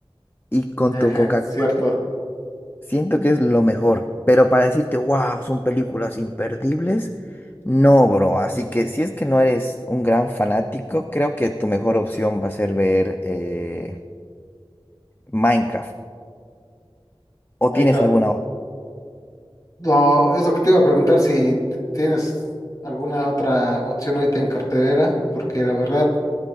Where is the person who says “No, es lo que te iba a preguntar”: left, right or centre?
Left